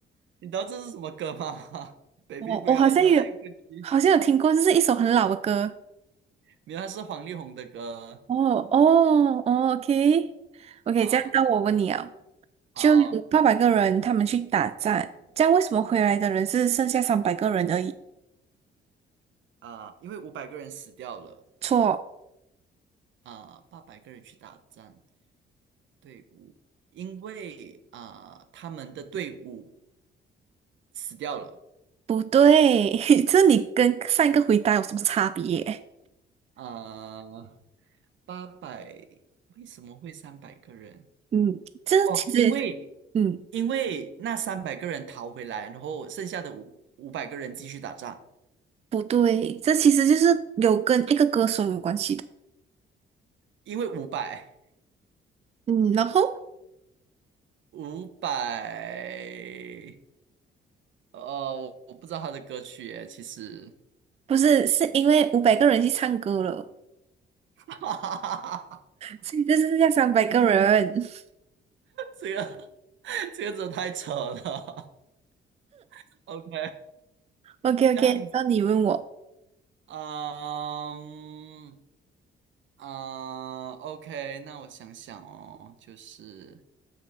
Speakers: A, on the right; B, on the right.
A: 你知道这是什么歌吗 <laughs>？Baby
B: 我我好像有，
A: 不要再哭泣。
B: 好像有听过，这是一首很老的歌。
A: 没有，他是黄丽宏的歌
B: 哦哦哦，OK OK，
A: 啊。
B: 这样那我问你啊，
A: 好
B: 就有八百个人他们去打战，这样为什么回来的人是剩下三百个人而已？
A: 啊，因为五百个人死掉了
B: 错。
A: 啊，八百个人去打仗队伍，因为啊他们的队伍死掉了
B: 不对，<laughs> 这你跟上一个回答有什么差别？
A: 啊，八百为什么会三百个人？
B: 嗯，这其实也是，
A: 哦，因为
B: 嗯，
A: 因为那三百个人逃回来，然后剩下的五五百个人继续打仗，
B: 不对，这其实就是有跟一个歌手有关系的。
A: 因为五百
B: 嗯，然后
A: 五百呃，我我不知道他的歌曲耶，其实，
B: 不是，是因为五百个人去唱歌了，
A: <laughs> 哈哈哈哈，
B: 所以这是要三百个人。<laughs>
A: 这个 <laughs> 这个真的太扯了。<laughs> OK，
B: OK
A: 这样，
B: OK，那你问我，
A: 嗯啊 o k 那我想想哦，就是